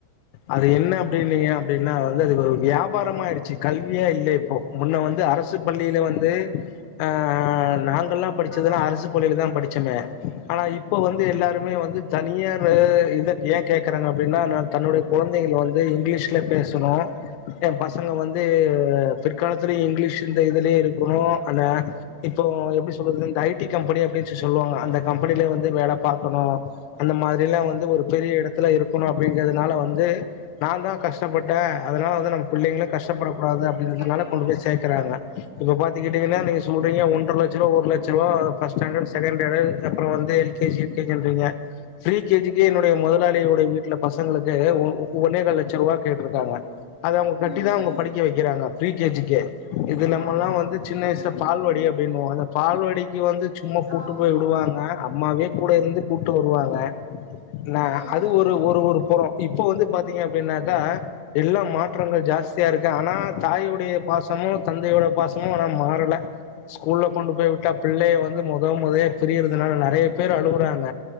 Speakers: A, on the left (about 85°); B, on the left (about 35°).
A: அது என்ன அப்படின்னீங்க அப்படின்னா வந்து அது ஒரு வியாபாரமயிடுச்சி கல்வியா இல்ல இப்போ முன்ன வந்து அரசு பள்ளியில வந்து ஆஹ் நாங்கள்லா படிச்சதெல்லா
B: ஆமா ஆமா
A: அரசு பள்ளியில தா படிச் ச்சாமே ஆனா இப்ப வந்து எல்லாருமே வந்து தனியா இதை ஏன் கேட்குறாங்க அப்படின்னா நான் தன்னுடைய குழந்தைங்க வந்து இங்கிலீஷில் பேசணும் என் பசங்கள் வந்து பிற்காலத்துலயும் இங்கிலீஷ் இந்த இதுலயே இருக்கணும் அந்தால் இப்போ எப்படி சொல்றது இந்த ஐடி கம்பெனி அப்டின் சிஸ் சொல்லுவாங்க அந்த கம்பெனிலே வந்து வேலை பாக்கணும் அந்த மாதிரி எல்லாம் வந்து ஒரு பெரிய இடத்தை ல இருக்கணும் அப்படிங்கிறதுனால வந்து நா தா கஷ்டப்பட்டே அதனால வந்து நம் புள்ளைங்களும் கஷ்டப்படக்கூடாது அப்படின்றதுனால
B: கண்டிப்பா
A: கொண்டு போய் சேர்க்குறாங்க இப்ப பாத்துக்கிட்டீங்கன்னா நீங்க சொல்றீங்க ஒன்ற லட்சருவ ஒரு லட்சருவ ஃபர்ஸ்ட் ஸ்டாண்டர்ட் செகண்ட் ஸ்டாண்டர்ட் அப்பறம் வந்து எல் கேஜியுஜின்றீங்க பிரீ கேஜிக்குே என்னுடைய முதலாளியோடைய வீட்டுல பசங்களுக்கு ஒன்னே காலட்சம் ரூபாய் கேட்டிருக்காங்க அது அவங்க கட்டி
B: ம்
A: தான் அவங்க படிக்க வைக்கிறாங்க பிரீ கேஜிக்கே இது நம்ம
B: ம் ஆமா
A: எல்லாம்
B: ஆமா
A: வந்து சின்ன வயசுல
B: ம்
A: பால்வடி அப்படின்னு வோம் பால்வடிக்கு வந்து சும்மா கூட்டு
B: ஆமா
A: போய் விடுவாங்க அம்மாவே கூட இருந்து கூப்ட்டு வருவாங்க நா
B: ம்
A: அது
B: ஆமா
A: ஒரு ஒரு ஒரு புறம் இப்போ வந்து பார்த்தீங்க அப்படின்னாக்கா எல்லா மாற்றங்கள் ஜாஸ்தியா இருக்கு ஆனா தாயுடைய பாசமும் தந்தையோட பாசமும் ஆனா மாறல ஸ்கூல்ல கொண்டு போய் விட்டா பிள்ளைய வந்து முத முதைய பிரிறதுனால நிறைய பேர் அழுகுறாங்க